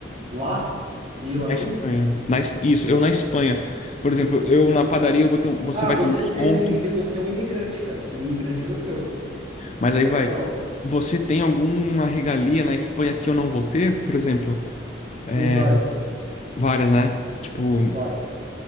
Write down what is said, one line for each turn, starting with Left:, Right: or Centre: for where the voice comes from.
Right: lá e eu
Left: Na
Right: aqui?
Left: Espanha. Na, Es- isso, eu na Espanha. Por exemplo, eu na padaria eu vou ter um- você
Right: Ah,
Left: vai
Right: você
Left: ter um desconto,
Right: sendo um imigrante, você é um imigrante, cara. Você é um imigrante europeu.
Left: mas
Right: Você não
Left: aí
Right: é
Left: vai.
Right: espanhol.
Left: Você tem alguma regalia na Espanha que eu não vou ter? Por exemplo, é,
Right: Tem várias,
Left: várias, né? Tipo,
Right: várias,